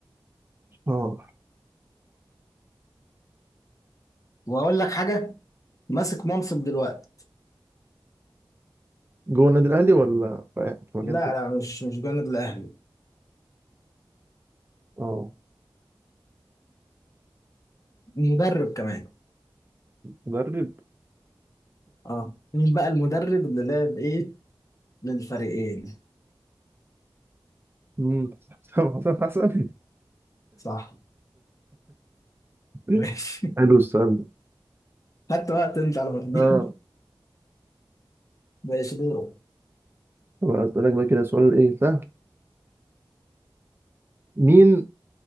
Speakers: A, on the right (about 25°); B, on the left (about 40°).
A: اه
B: واقول لك حاجه ماسك منصب دلوقتي
A: جوه النادي الاهلي ولا في في مكان
B: لا
A: تاني
B: لا مش مش جانب الأهلي
A: اه
B: مدرب كمان
A: مدرب
B: اه مين بقى المدرب اللي لعب ايه للفريقين
A: امم حسام حسام حسن
B: صح
A: <laughs>
B: ماشي
A: حلو
B: <laughs>
A: السؤال ده
B: خدت وقت انت على ما تجيب
A: اه
B: ماشي دوره
A: طب هسألك بقى كده سؤال ايه سهل مين